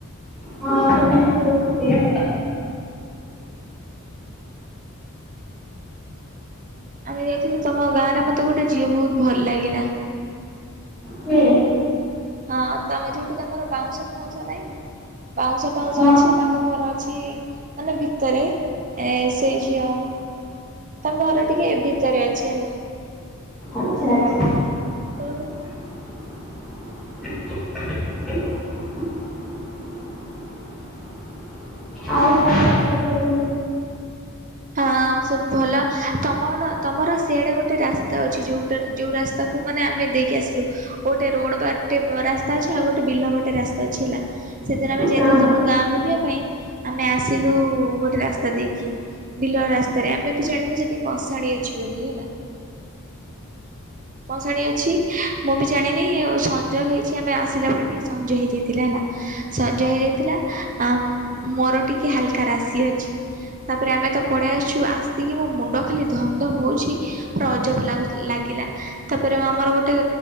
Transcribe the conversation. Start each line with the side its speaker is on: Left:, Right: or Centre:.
Centre: ହଁ ସେମାନେ ସବୁ <inaudible>
Right: ଆମେ ଯାଇଥିଲୁ ତମ ଗାଁରେ ମତେ ଗୋଟେ ଝିଅ ବହୁତ ଭଲ ଲାଗିଲା।
Centre: କିଏ?
Right: ହଁ ତମ ଯୋଉଠି ତମର ବାଉଁଶ ଫାଉଁଶ ନାହିଁ ପାଉଁଶ ପାଉଁଶ
Centre: ହଁ ହଁ।
Right: ଅଛି ତାଙ୍କ ଘର ଅଛି ମାନେ ଭିତରେ ଏ ସେଇ ଝିଅ। ତାଙ୍କ ଘର ଟିକେ ଏ ଭିତରେ ଅଛି ହେଲା।
Centre: ଆଚ୍ଛା ଆଛା।
Right: ଓଉ।
Centre: <inaudible> ଆଉ କଣ ହବ ସବୁ।
Right: ହଁ ଆଉ ସବୁ ଭଲ। ତମର ତମର ସିଆଡେ ଗୋଟେ ରାସ୍ତା ଅଛି ଯୋଉଟାରେ ଯୋଉ ରାସ୍ ତାକୁ ମାନେ ଆମେ ଦେଇକି ଆସିଲୁ। ଗୋଟେ ରୋଡ ବାଟେ ରାସ୍ତା ଅଛି ଆଉ ଗୋଟେ ବିଲ ବାଟେ ରାସ୍ତା ଅଛି ହେଲା। ସେଦିନ ଆମେ ଯାଇଥିଲୁ
Centre: ହଁ।
Right: ତମ ଗାଁ ବୁଲିବା ପାଇଁ ଆମେ ଆସିଲୁ ଗୋଟେ ରାସ୍ତା ଦେଇକି। ବିଲ ରାସ୍ତାରେ ଆମେ ବି ଜାଣିନୁ ସେଠି ମଶାଣି ଅଛି ବୋଲି ହେଲା। ମଶାଣି ଅଛି। ମୁଁ ବି ଜାଣିନି ସଞ୍ଜ ହେଇଛି ଆମେ ଆସିଲା ବଳେ ଟିକେ ସଞ୍ଜ ହେଇଯାଇଥିଲା ହେଲା। ସଞ୍ଜ ହେଇ ଯାଇଥିଲା ଆ ମୋ ମୋର ଟିକେ ହାଲକା ରାଶି ଅଛି ତାପରେ ଆମେ ତ ପଳାଇ ଆସୁଛୁ ଆସିକି ମୋ ମୁଣ୍ଡ ଖାଲି ଧମ ଧମ ହୋଉଛି ପୁରା ଅଜବ ଲାଗୁ ଲାଗିଲା। ତାପରେ ଆମର ଗୋଟେ